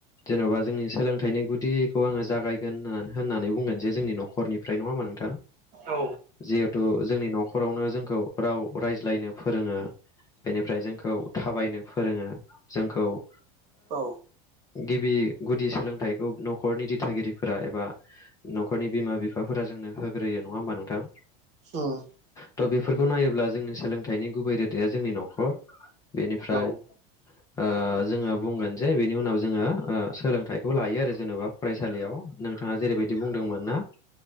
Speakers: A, on the left (about 15°); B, on the right (about 35°).
A: जेन'बा जोंनि सोलों थायनि गुदिखौ आङो जागायगोन होन होननानै बुंगोन जे जोंनि न'खरनिफ्राय नङा होमबा नोंथां?
B: औ
A: जिहेथु जोंनि न'खरावनो जोंखौ राव रायज्लायनो फोरोङो बेनिफ्राय जोंखौ थाबायनो फोरोङो जोंखौ ओ
B: औ
A: गि बि गुदि सोलोंथाइखौ न'खरनि दिथागिरिफोरा एबा न'खरनि बिमा-बिफाफोरा जोंनो हो ग्रोयो नङा होमबा नोंथां?
B: होम
A: त' बेफोरखौ नायोब्ला जोंनि सोलोंथाइनि गुबै रोदाया जोंनि न'खर बेनिफ्राय
B: औ
A: ओ जोङो बुंगोन जे बिनि उनाव जोङो ओ सोलोंथाइखौ लायो आरो जेन'बा फरायसालियाव नोंथाङा जेरैबायदि बुंदोंमोन ना